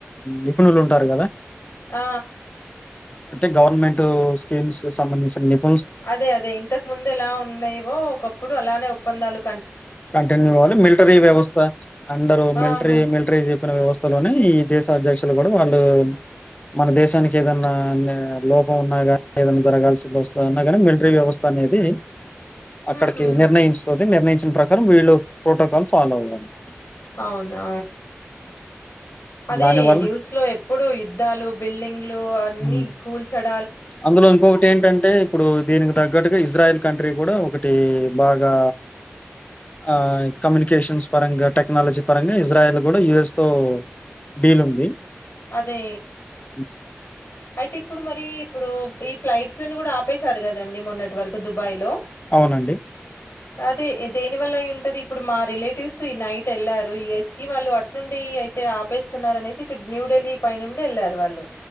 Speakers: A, on the left; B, on the left.
A: నిపుణులు ఉంటారు కదా
B: ఆ
A: అంటే గవర్నమెంట్ స్కీమ్స్ సంబంధించిన నిప్
B: అదే అదే ఇంతకు ముందు ఎలా ఉన్నయివో ఒకప్పుడు అలానె పందాలు
A: కంటిన్యూ కావాలి మిలిటరీ వ్యవస్థ అందరు మిలిటరీ
B: ఆహా!
A: మిలిటరీ చెప్పిన వ్యవస్థలోనే ఈ దేశ అధ్యక్షు తులు కూడ వాళ్ళు మన దేశానికి ఏదన్న లోపం ఉన్నా కానీ ఏదనా జరగాల్సి వస్తుంది అన్నా కాని మిలిటరీ వ్యవస్థ అనేది
B: హుహు.
A: అక్కడకి నిర్ణయింసో తే నిర్ణయించన ప్రక్ కారం వీళ్లు ప్రోటోకాల్ ఫాలో అవ్వాలి
B: అవునా అదే
A: దానివల్ల
B: న్యూస్ లో ఎప్పుడు యుద్ధాలు బిల్డింగ్లు అన్ని
A: ఉమ్.
B: కూల్చడ
A: అందులో ఇంకొకటి ఏంటంటే ఇప్పుడు దీనికి తగ్గట్టుగా ఇజ్రాయల్ కంట్రీ కూడా ఒకటి బాగా ఆ కమ్యూనికేషన్స్ పరంగా టెక్నాలజీ పరంగా ఇజ్రాయల్ కూడా యుఎస్ తో డీల్ ఉంది
B: అదే
A: హ్మ్.
B: అయితే ఇప్పుడు మర్ రి ఇప్పుడు ఈ ఫ్లైట్స్లని కూడా ఆపేశారు కదండి మొన్నటి వరకు దుబాయ్ లో
A: అవునండి
B: అదే దేని వల్ల అయి ఉంటది ఇప్పుడు మా రిలే టిఫ్ ఈ నైట్ ఏళ్లారు యుఎస్ కి వాళ్ళు అట్నుండి అయితే ఆపేస్సున్నారనేసి ఇట్ న్యూ ఢిల్లీ పైనుండి ఎళ్ళారు వాళ్ళు